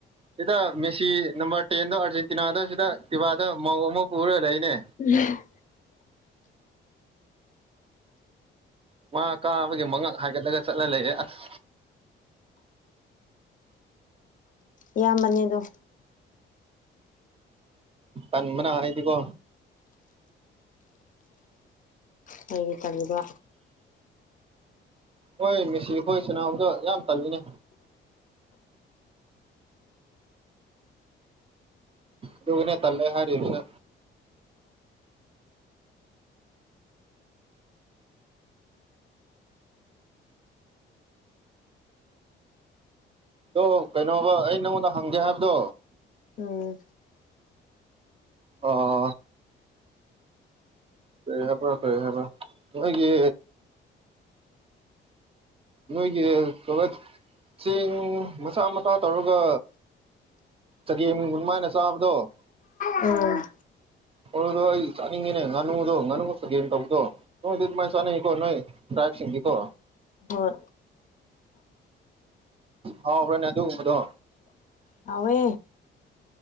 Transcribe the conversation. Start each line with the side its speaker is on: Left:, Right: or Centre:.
Right: ꯁꯤꯗ ꯃꯦꯁꯤ ꯅꯝꯕꯔ ꯇꯦꯟꯗꯣ ꯑꯥꯔꯖꯦꯟꯇꯤꯅꯥꯗ ꯁꯤꯗ ꯇꯤꯕꯥꯗ ꯃꯧ ꯑꯃ ꯄꯨꯔꯒ ꯂꯩꯅꯦ
Left: ꯎꯝ
Right: ꯉ ꯀꯥꯕꯒꯤ ꯃꯉꯛ ꯍꯥꯏꯒꯠꯂꯒ ꯆꯠꯂ ꯂꯩꯌꯦꯦ ꯑꯁ
Left: ꯏꯌꯥꯝꯕꯅꯦ ꯑꯗꯣ
Right: ꯇꯟꯕꯅ ꯍꯥꯏꯗꯤꯀꯣ
Left: ꯀꯔꯤ ꯇꯧꯕ
Right: ꯍꯣꯏ ꯃꯤꯦꯁꯤ ꯍꯈꯣꯏ ꯁꯅꯥꯎꯝꯗꯣ ꯌꯥꯝ ꯇꯜꯂꯤꯅꯦ ꯂꯗꯨꯒꯅ ꯇꯂ ꯍꯥꯏꯔꯁ ꯑꯣ ꯀꯩꯅꯣꯕ ꯑꯩ ꯅꯪꯉꯣꯟꯗ ꯍꯪꯒꯦ ꯍꯥꯏꯕꯗꯣ
Left: ꯎꯝ
Right: ꯑꯣ ꯐꯔꯦ ꯍꯥꯏꯕ꯭ꯔꯣ ꯐꯔꯦ ꯍꯥꯏꯕ꯭ꯔ ꯅꯣꯏꯒꯤ ꯅꯣꯏꯒꯤ ꯀ ꯆꯦꯡ ꯃꯆꯥ ꯃꯁꯆꯥ ꯇꯧꯔꯒ ꯆꯒꯦꯝ ꯑꯗꯨꯃꯥꯏꯅ ꯆꯥꯕꯗꯣ
Left: ꯎꯝ
Right: ꯑꯣꯗꯣ ꯑꯩ ꯆꯥꯠꯅꯤꯡꯉꯦꯅꯦ ꯉꯥꯅꯨꯗꯣ ꯉꯥꯅꯨ ꯆꯒꯦꯝ ꯇꯧꯕꯗꯣ ꯅꯨꯡ ꯑꯗꯨ ꯃꯥꯏꯁꯅ ꯀꯣ ꯅꯣꯏ ꯗ꯭ꯔꯥꯏꯞꯁꯤꯡꯗꯤ ꯀꯣ
Left: ꯍꯣꯏ
Right: ꯍꯥꯎꯕ꯭ꯔꯅꯦ ꯑꯗꯨꯒꯨꯝꯕꯗꯣ
Left: ꯍꯥꯎꯋꯦ